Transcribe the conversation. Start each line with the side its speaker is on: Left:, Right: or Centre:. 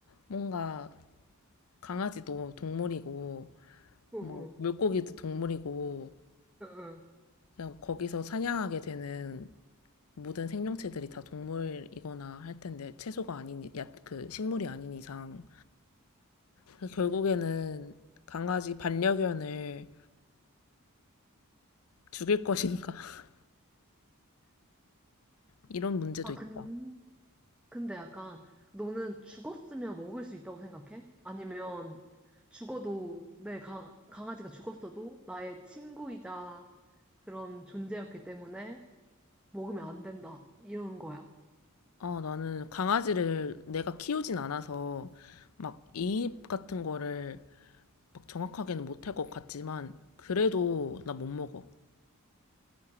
Left: 뭔가 강아지도 동물이고
Centre: 응,
Left: 뭐
Centre: 응,
Left: 물고기도 동물이고
Centre: 응, 응.
Left: 그냥 거기서 사냥하게 되는 모든 생명체들이 다 동물이거나 할 텐데 채소가 아닌 야, 그 식물이 아닌 이상 그래서 결국에는 강아지 반려견을 죽일 것인가? <laughs> 이런 문제도
Centre: 아,
Left: 있다.
Centre: 근, 근데 약간 너는 죽었으면 먹을 수 있다고 생각해? 아니면 죽어도 내 강, 강아지가 죽었어도 나의 친구이자 그런 존재였기 때문에 먹으면 안 된다. 이러는 거야.
Left: 아, 나는 강아지를 내가 키우진 않아서 막 이입 같은 거를 막 정확하게는 못할 것 같지만 그래도 나 못 먹어.